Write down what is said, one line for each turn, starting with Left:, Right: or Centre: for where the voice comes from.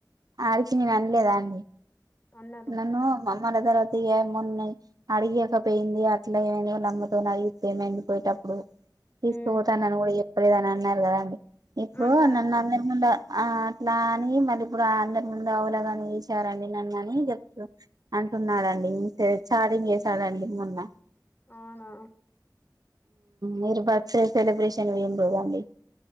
Right: ఆడికి నేను అనలేదా అండి
Left: అన్నారు
Right: నన్న మ మన తర్వాత ఏమన్నా అడిగకపోయింది అట్లా ఏమ నలమ్మతోని అడిగియి మండిపోయటప్పుడు ఇప్పుడు తీసుకుపోతా
Left: ఉమ్
Right: నన్ను కూడా ఎప్పుడద అని అన్నారు కదాండి ఇప్పుడు
Left: అన్నారన్న
Right: నన్ను అందరి ముందు ఆ అట్లా అని మళ్ళీ ఇప్పుడు అందరి ముందు అవలేనీ ఇసారండి నన్ను అని చెప్పు అంటున్నారండి ఛార్జంగ్ చేసాడండి మొన్న
Left: అవునా
Right: మీరు బర్త్డే సెలబ్రేషన్ <unintelligible>